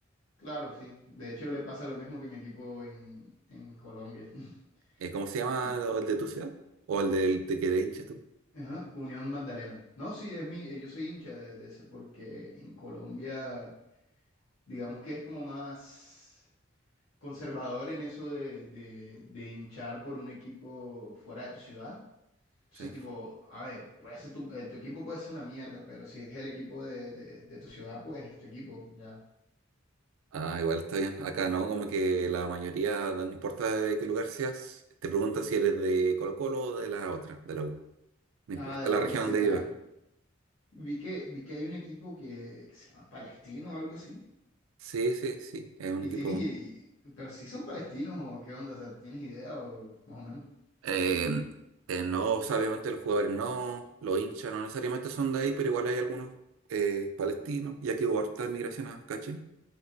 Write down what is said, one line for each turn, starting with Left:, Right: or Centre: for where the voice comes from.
Left: claro, sí. De hecho, le pasa lo mismo que mi equipo en, en Colombia, <laughs>
Right: Eh, ¿cómo se llama
Left: que
Right: el de tu ciudad? ¿O el del de que eres hincha tú?
Left: ajá, Unión Magdalena. No, sí, es mi, eh, yo soy hincha de, de ese, porque en Colombia, digamos que es como más conservador en eso de, de, de hinchar por un equipo fuera de tu ciudad. Entonces,
Right: Sí.
Left: tipo, a ver, puede ser tu, eh, tu equipo puede ser una mierda, pero si es el equipo de, de de tu ciudad, pues es tu equipo, ya.
Right: Ah, igual está bien. Acá no, como que la mayoría, no importa de qué lugar seas, te preguntan si eres de Colo-Colo o de la otra, de la U. No
Left: Ah,
Right: importa
Left: de la
Right: la región
Left: U, sí,
Right: donde
Left: ajá.
Right: vivas.
Left: Vi que, vi que hay un equipo que, que se llama Palestino o algo así.
Right: Sí, sí, sí, es un
Left: Y
Right: equipo.
Left: tienes, i- i- pero si son palestinos o qué onda, o sea, ¿tienes idea o más o menos?
Right: Eh, eh, no, o sea, obviamente los jugadores no, los hinchas no necesariamente son de ahí, pero igual hay algunos eh, palestinos, ya que hubo harta migración acá a Chile.